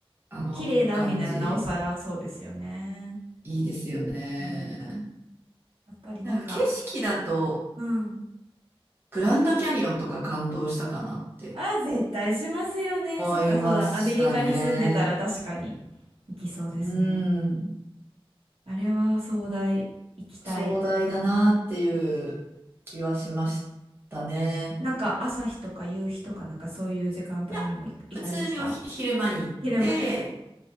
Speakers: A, on the right; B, on the right.
A: あの感じ、
B: 綺麗な海ならなおさらそうですよね。
A: いいですよね。
B: うん。やっぱりなんか、
A: なんか景色だと、
B: うん。
A: グランドキャニオンとか感動したかなって
B: あ、絶対しますよね。そっか、
A: 思いましたね。
B: そうだ。アメリカに住んでたら確かに行きそうですね。
A: うん。
B: あれは壮大、行きたい。
A: 壮大だなっていう気はしましたね。
B: なんか朝日とか夕日とかなんかそういう時間帯にも行行かれました
A: いや、普通におひ昼間に行って、
B: 昼間に。